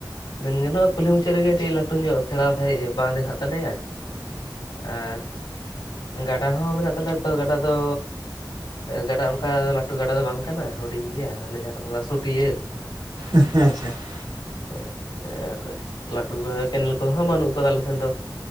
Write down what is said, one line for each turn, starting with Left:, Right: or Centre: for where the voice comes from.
Left: ᱢᱮᱱ ᱜᱟᱱᱚᱜᱼᱟ ᱠᱩᱞᱦᱤ ᱢᱩᱪᱟᱹᱫ ᱨᱮᱜᱮ ᱴᱤᱡ ᱞᱟᱹᱴᱩ ᱧᱚᱜ ᱥᱮᱬᱟ ᱥᱟᱸᱦᱤᱡ ᱵᱟᱸᱫᱽ ᱦᱮᱱᱟᱜ ᱛᱟᱞᱮᱭᱟ᱾ ᱟᱨ ᱜᱟᱰᱟ ᱦᱚᱸ ᱢᱮᱱᱟᱜ ᱛᱟᱞᱮᱭᱟ ᱛᱚ ᱜᱟᱰᱟ ᱫᱚ ᱜᱟᱰᱟ ᱚᱱᱠᱟ ᱞᱟᱹᱴᱩ ᱜᱟᱰᱟ ᱫᱚ ᱵᱟᱝ ᱠᱟᱱᱟ ᱦᱩᱰᱤᱧ ᱜᱮᱭᱟ ᱚᱱᱮ ᱡᱟᱦᱟᱸ ᱫᱚᱠᱚ ᱢᱮᱛᱟᱜᱼᱟ ᱥᱩᱴᱤᱭᱟᱹ᱾
Right: ᱟᱪᱪᱷᱟ ᱟᱪᱪᱷᱟ <inaudible>
Left: <inaudible> ᱟᱨ ᱞᱟᱹᱴᱩ ᱠᱮᱱᱮᱞ ᱠᱚᱦᱚᱸ ᱵᱟᱹᱱᱩᱜ ᱠᱟᱫᱟ ᱟᱞᱮ ᱥᱮᱱ ᱫᱚ᱾